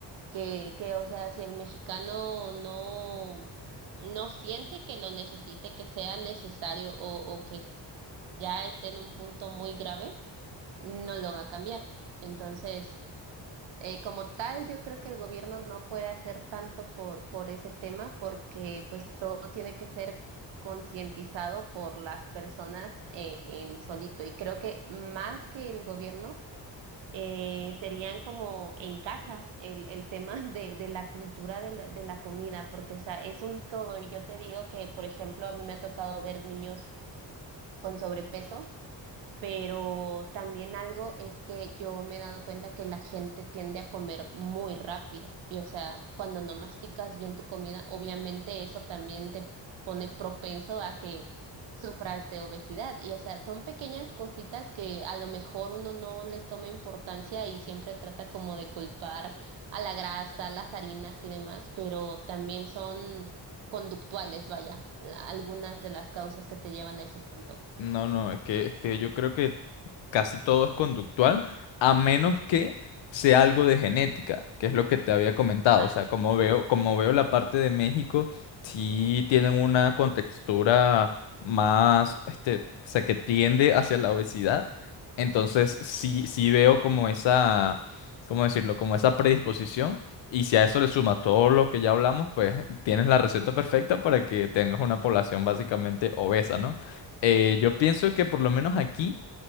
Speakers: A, on the right; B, on the left.
A: que, que, o sea, si el mexicano no, no siente que lo necesite, que sea necesario o, o que ya esté en un punto muy grave, no lo va a cambiar. Entonces, eh, como tal, yo creo que el gobierno no puede hacer tanto por, por ese tema porque pues todo tiene que ser concientizado por las personas eh, en solito. Y creo que más que el gobierno eh, serían como en casa el, el tema <laughs> de, de la cultura de la, de la comida, porque o sea, es un todo. Y yo te digo que, por ejemplo, a mí me ha tocado ver niños con sobrepeso pero también algo es que yo me he dado cuenta que la gente tiende a comer muy rápido y o sea, cuando no masticas bien tu comida, obviamente eso también te pone propenso a que sufras de obesidad y o sea, son pequeñas cositas que a lo mejor uno no les toma importancia y siempre trata como de culpar a la grasa, las harinas y demás, pero también son conductuales, vaya, la- algunas de las causas que te llevan a ese punto.
B: No, no, es que, es que yo creo que casi todo es conductual, a menos que sea algo de genética, que es lo que te había comentado.
A: Ah,
B: O sea, como
A: sí.
B: veo, como veo la parte de México, sí tienen una contextura más, este, o sea, que tiende hacia la obesidad. Entonces, sí, sí veo como esa, ¿cómo decirlo? Como esa predisposición. Y si a eso le sumas todo lo que ya hablamos, pues tienes la receta perfecta para que tengas una población básicamente obesa, ¿no? Eh, yo pienso que por lo menos aquí,